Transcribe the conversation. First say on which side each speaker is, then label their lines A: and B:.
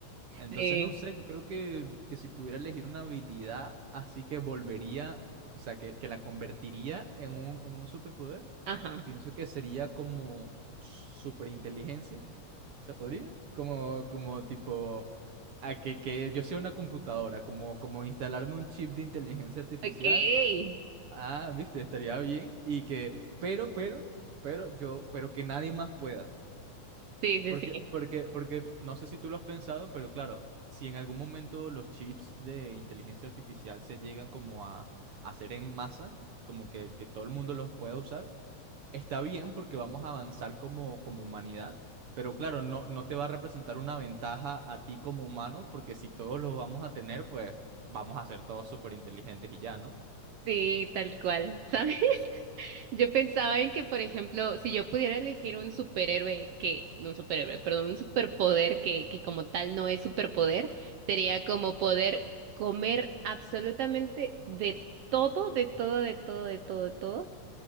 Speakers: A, on the right (about 60°); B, on the right (about 80°).
A: Entonces,
B: sí,
A: no sé, yo creo que, que si pudiera elegir una habilidad, así que volvería, o sea, que, que la convertiría en un, en un superpoder.
B: ajá.
A: Pienso que sería como superinteligencia, ¿se podría? Como, como tipo, a que, que yo sea una computadora, como, como instalarme un chip de inteligencia artificial.
B: Ok. Sí,
A: Ah, viste, estaría bien. Y que, pero, pero, pero yo, pero que nadie más pueda.
B: sí,
A: Porque,
B: sí.
A: porque, porque, no sé si tú lo has pensado, pero claro, si en algún momento los chips de inteligencia artificial se llegan como a, a hacer en masa, como que, que todo el mundo los pueda usar está bien porque vamos a avanzar como, como humanidad, pero claro, no, no te va a representar una ventaja a ti como humano, porque si todos lo vamos a tener, pues vamos a ser todos súper inteligentes y ya, ¿no?
B: Sí, tal cual, ¿sabes? <laughs> Yo pensaba en que, por ejemplo, si yo pudiera elegir un superhéroe que, no un superhéroe, perdón, un superpoder que, que como tal no es superpoder, sería como poder comer absolutamente de todo, de todo, de todo, de todo, de todo,